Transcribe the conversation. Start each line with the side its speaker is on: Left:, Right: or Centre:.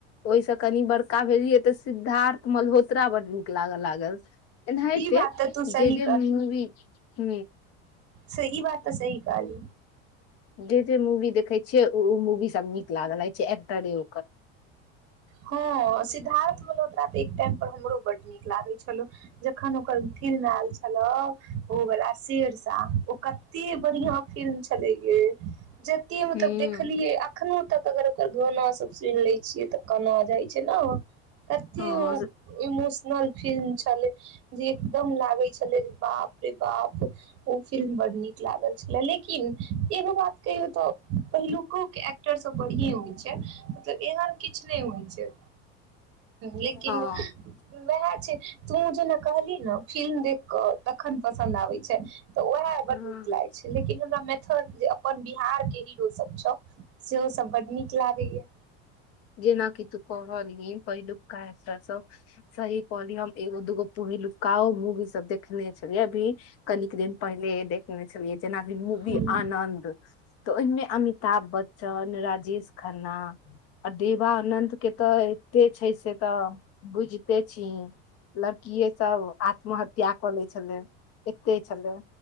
Left: ओहिस कनी बड़ ्का भेल ते सिद्धार्थ मलहोत्रा बन लागऽ लागल एनाहिते
Right: ई बात तऽ तू सही
Left: जे जे मुवी ह
Right: सही बात तऽ सही कहली
Left: जे जे मूवी देखे छियै ओ मूवी सब नीक लागल रहै छै एक्टरे
Right: हँ
Left: ओकर
Right: सिद्धार्थ मल्होत्रा एकटाइम पर हमरो बड्ड नीक लागै छलौ जखन ओकर फिल्म आयल छलह ओ वला शेरशाह ओ कते बढ़िया फिल्म छले गे जते मतलब
Left: हूं
Right: देखलियए अखनो तक अगर ओकर गाना सब सुनि लै छियै तऽ कोना जाइ छै ने की
Left: हँ
Right: ओ इमोशन फिल्म छले जे एकदम लागे छले बाप रे बाप ओ फिल्म निक लागेल छलै लेकिन एगोबात कहियो त पहिलेको के एक्टर र सब बढ़िए होइत छै एहन किछ नहि होइ छै लेकिन
Left: हँ
Right: वह छै तू जेना कहली ने फिल्म देख क तखन पसन्द आबै छै तऽ उएह बड
Left: हँ
Right: नीक लागैत छै लेकिन हमरा जे अपन बिहार के हीरो सब छौ सेहो सब बड नीक लागेया
Left: जेनााकि तू कहलह पहिलुक का सब सही कहली हम एगो दूगो पहिलुक काउ मुँवि सब देखने छल अभी कनिक दिन पहिले देखने छलियै जेनाभ मूवी
Right: हूँ
Left: आनन्द तऽ ओहिमे अमिताभ बच्चन राजेश खन्ना विवानंद के तऽ एते छै से तऽ बुझते छी लड़किए सब आत्महत्या कऽ ले छलै एते छलै